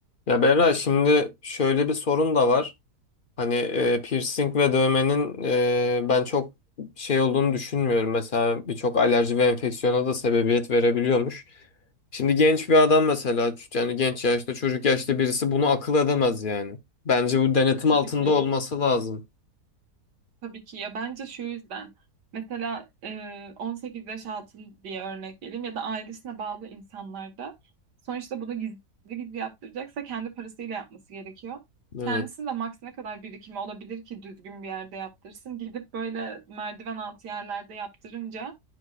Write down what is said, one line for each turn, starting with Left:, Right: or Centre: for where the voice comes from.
Left: Ya Berra şimdi şöyle bir sorun da var. Hani e, piercing ve dövmenin e, ben çok şey olduğunu düşünmüyorum. Mesela birçok alerji ve enfeksiyona da sebebiyet verebiliyormuş. Şimdi genç bir adam mesela yani genç yaşta çocuk yaşta birisi bunu akıl edemez yani. Bence bu denetim
Right: Tabii
Left: altında
Right: ki.
Left: olması lazım.
Right: Tabii ki ya bence şu yüzden mesela e, 18 yaş altı diye örnek vereyim ya da ailesine bağlı insanlarda sonuçta bunu gizli gizli yaptıracaksa kendi parasıyla yapması gerekiyor.
Left: Evet.
Right: Kendisinin de maks ne kadar birikimi olabilir ki düzgün bir yerde yaptırsın. Gidip böyle merdiven altı yerlerde yaptırınca